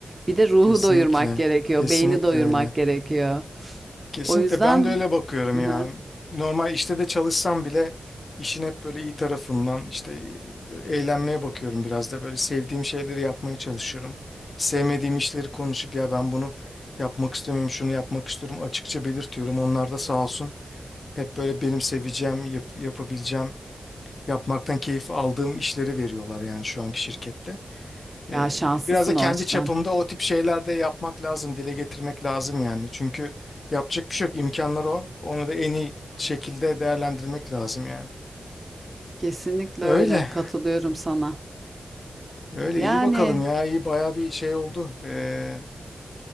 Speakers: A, on the right (about 20°); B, on the left (about 45°).
A: Bir de ruhu
B: Kesinlikle.
A: doyurmak gerekiyor,
B: Kesinlikle
A: beyni doyurmak
B: öyle.
A: gerekiyor.
B: Kesinlikle
A: O yüzden
B: ben de öyle bakıyorum
A: Hı
B: ya.
A: hı.
B: Normal işte de çalışsam bile işin hep böyle iyi tarafından işte böyle eğlenmeye bakıyorum biraz da böyle sevdiğim şeyleri yapmaya çalışıyorum. Sevmediğim işleri konuşup ya ben bunu yapmak istemiyorum, şunu yapmak istiyorum açıkça belirtiyorum. Onlar da sağ olsun hep böyle benim seveceğim, yap- yapabileceğim, yapmaktan keyif aldığım işleri veriyorlar yani şu anki şirkette. Ee,
A: ya şanslısın
B: biraz da kendi
A: o açıdan.
B: çapımda o tip şeyler de yapmak lazım, dile getirmek lazım yani. Çünkü yapacak bir şey yok, imkanlar o. Onu da en iyi şekilde değerlendirmek lazım yani.
A: Kesinlikle
B: Öyle,
A: öyle, katılıyorum sana.
B: öyle
A: Yani,
B: iyi bakalım ya, iyi baya bir şey oldu. Ee,